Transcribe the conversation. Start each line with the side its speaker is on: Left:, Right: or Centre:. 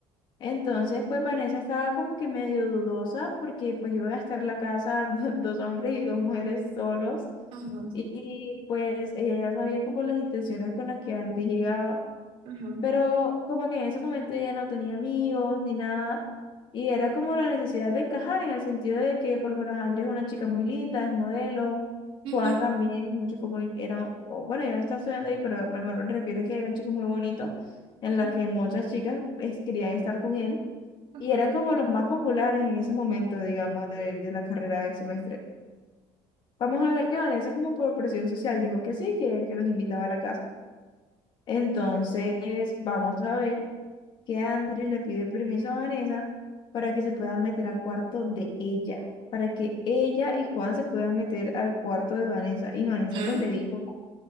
Left: Entonces, pues Vanessa estaba como que medio dudosa porque pues iba a gastar la casa <laughs> do- dos hombres y dos mujeres solos
Right: ujú,
Left: y y, pues ella ya sabía como las intenciones con las que Andri llegaba,
Right: ujú,
Left: pero como que en ese momento ella no tenía amigos ni nada y era como la necesidad de encajar en el sentido de que por lo menos Andri es una chica muy linda, es modelo,
Right: ujú,
Left: Juan también es un chico muy, era, o, bueno, ya no está estudiando ahí, pero me, me refiero a que era un chico muy bonito en
Right: ujú,
Left: la que muchas chicas pues, querían estar con él
Right: ujú,
Left: y eran como los más populares en ese momento, digamos, de, de la carrera del semestre. Vamos a ver que Vanessa, como por presión social, dijo que sí, que, que los invitaba a la casa. Entonces, vamos a ver que Andri le pide permiso a Vanessa para que se puedan meter al cuarto de ella, para que ella y Juan se puedan meter al cuarto de Vanessa. Y Vanessa
Right: mm,
Left: pues le dijo,